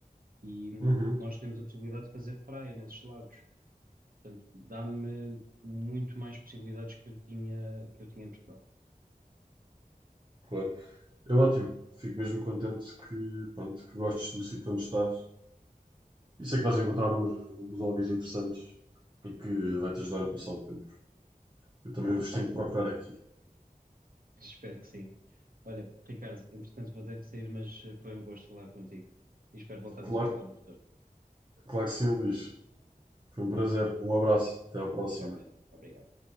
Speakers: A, on the right (about 70°); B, on the right (about 30°).
A: e hum,
B: Uhum,
A: nós temos a possibilidade de fazer praia nesses lagos. Portanto, dá-me muito mais possibilidades que eu tinha, que eu tinha em Portugal.
B: claro. É ótimo. Fico mesmo contente que, pronto, que gostes do sítio onde estás. E sei que vais encontrar uns, uns hobbies interessantes e que vai te ajudar a passar o tempo. Eu também
A: Boa.
B: vos tenho que procurar aqui.
A: Espero que sim. Olha, Ricardo, entretanto vou ter que sair, mas eh, foi um gosto falar contigo e espero voltarmos
B: Claro,
A: a falar no futuro.
B: claro que sim, Luís. Foi um prazer. Um abraço. Até à próxima.
A: Igualmente. Obrigado.